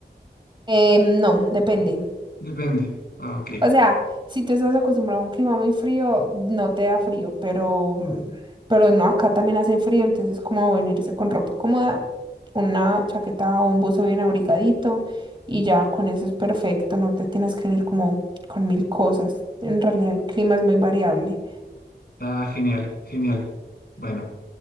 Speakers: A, on the right; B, on the left.
A: Eh, no, depende.
B: Depende. Ah, ok.
A: O sea, si tú estás acostumbrado a un clima muy frío, no te da frío, pero, mm, pero no, acá también hace frío, entonces es como venirse con ropa cómoda, una chaqueta o un buzo bien abrigadito y ya con eso es perfecto, no te tienes que venir como con mil cosas. En realidad el clima es muy variable.
B: Ah, genial, genial. Bueno.